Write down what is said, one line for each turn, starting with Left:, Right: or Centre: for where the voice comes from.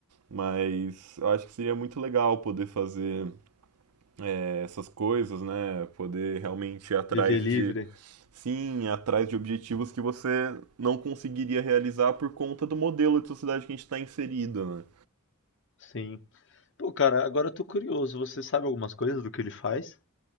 Right: mas eu acho que seria muito legal poder fazer é, essas coisas, né? Poder realmente ir atrás
Left: viver livre.
Right: de Sim, atrás de objetivos que você não conseguiria realizar por conta do modelo de sociedade que a gente está inserido, né?
Left: Sim. Pô, cara, agora eu tô curioso. Você sabe algumas coisas do que ele faz?